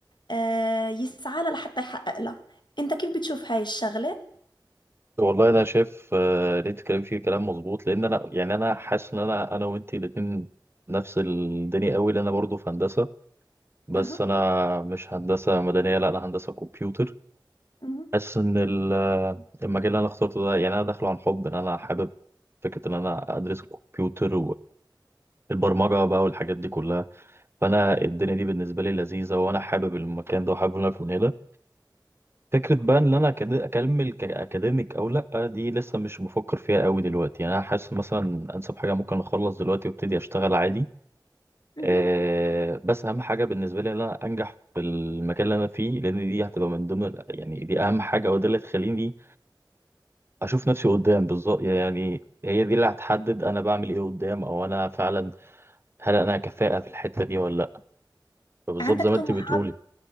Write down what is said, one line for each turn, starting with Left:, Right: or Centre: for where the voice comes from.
Left: آه، يسعى لها لحتى يحقق لها أنت كيف بتشوف هاي الشغلة؟
Right: والله أنا شايف آه، اللي أنت بتتكلم فيه كلام مظبوط لأن أنا يعني أنا حاسس إن أنا أنا وأنت الاتنين نفس الدنيا قوي لأن أنا برضه في هندسة بس
Left: أها
Right: أنا مش هندسة مدنية لا أنا هندسة كمبيوتر
Left: مهم.
Right: حاسس إن ال- آه، المجال اللي أنا اخترته ده يعني أنا داخله عن حب إن أنا حابب فكرة إن أنا أدرس كمبيوتر والبرمجة بقى والحاجات دي كلها فأنا الدنيا دي بالنسبة لي لذيذة وأنا حابب المكان ده وحابب إن أنا أكون هنا فكرة بقى ان انا أكد- اكمل كاكاديميك او لا دي لسه مش بفكر فيها قوي دلوقتي يعني انا حاسس مثلا انسب حاجة ممكن اخلص دلوقتي وابتدي اشتغل عادي
Left: مهم.
Right: أه بس اهم حاجة بالنسبة لي ان انا انجح في المكان اللي انا فيه لان دي هتبقى من ضمن ال- يعني دي اهم حاجة وده اللي تخليني اشوف نفسي قدام بالظبط يعني هي دي اللي هتحدد انا بعمل ايه قدام او انا فعلا هل انا كفاءة في الحتة دي ولا لا فبالظبط
Left: عندك
Right: زي ما
Left: طموحات
Right: انت بتقولي